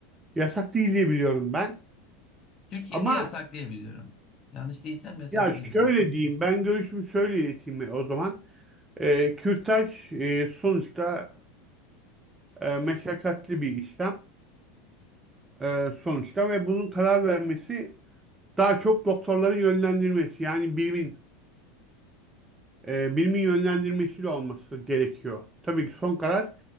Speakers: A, on the right (about 15°); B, on the left (about 35°).
A: Yasak değil diye biliyorum ben.
B: Türkiye'de
A: Ama
B: yasak diyebiliyorum. Yanlış değilsem yasak
A: ya
B: diyebiliyorum.
A: şöyle diyeyim ben görüşümü şöyle ileteyim o zaman. Ee, kürtaj e, sonuçta e, meşakkatli bir işlem e, sonuçta ve bunun karar vermesi daha çok doktorların yönlendirmesi yani bilimin e, bilimin yönlendirmesiyle olması gerekiyor. Tabii ki son karar